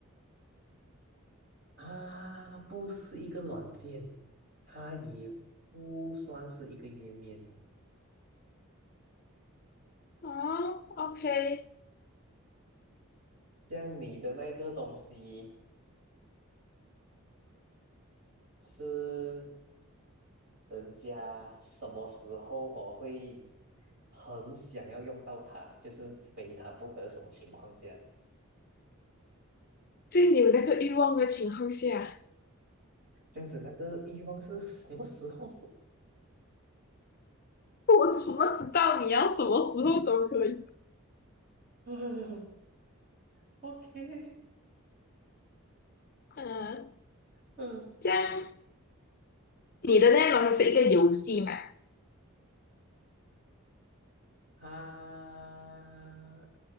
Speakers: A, on the right; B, on the left.
A: 啊，不是一个软件，它也不算是一个页面。
B: 啊，OK，
A: 像你的那个东西是人家什么时候我会很想要用到它，就是非它不可，什么情况下？
B: 在你有那个欲望的情况下，
A: 这样子那个欲望是什么时候
B: 我怎么知道你要什么时候都可以？
A: <laughs> 嗯？OK，
B: 嗯，
A: 嗯，
B: 这样你的内容东是一个游戏嘛？
A: 它